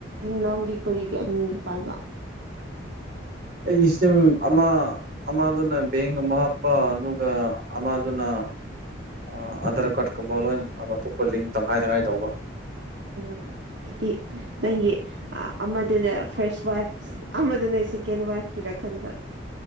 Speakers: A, on the right (about 70°); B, on the right (about 50°).
A: ꯅꯪꯒꯤ ꯀꯔꯤꯒꯤ ꯑꯅꯤ ꯄꯥꯏꯕ
B: ꯑꯩ ꯁꯤꯝ ꯑꯃ ꯑꯃꯗꯨꯅ ꯕꯦꯡꯒꯨꯝꯕ ꯍꯥꯞꯄ ꯑꯗꯨꯒ ꯑꯃꯥꯗꯨꯅ ꯑꯥ ꯑꯙ꯭ꯔ ꯀꯥꯔꯠ ꯀꯨꯝꯕ ꯂꯣꯏꯟ ꯑꯇꯣꯞꯄ ꯂꯤꯡ ꯇꯪꯈꯥꯏ ꯇꯪꯈꯥꯏ ꯇꯧꯕ
A: ꯑꯣ ꯑꯩꯗꯤ ꯅꯪꯒꯤ ꯑꯃꯗꯨꯅ ꯐꯥ꯭ꯔꯁ ꯋꯥꯏꯐ ꯑꯃꯗꯨꯅ ꯁꯦꯀꯦꯟ ꯋꯥꯏꯐꯀꯤꯔ ꯈꯟꯕ